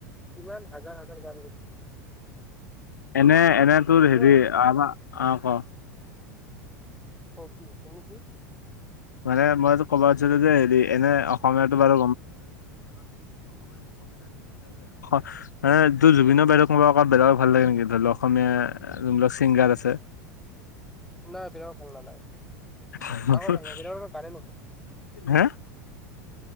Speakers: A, in the centre; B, on the left.
A: কিমান হাজাৰ হাজাৰ গান গাইছে
B: এনে এনে তোৰ হেৰি
A: মই
B: আমাৰ অ ক।
A: <inaudible>
B: মানে মই এইতো ক'ব খজিছিলো যে হেৰি এনে অসমীয়াটো বাৰু <unintelligible> এ তোৰ জুবিনৰ বাহিৰে কোনোবা অ বেলেগ ভাল লাগে নেকি ধৰি লও অসমীয়া যোনবিলাক চিংগাৰ আছে?
A: নাই বেলেগক ভাল নালাগে।
B: <unintelligible>
A: কাৰো ভাল নালাগে বেলেগৰ গানে নহয়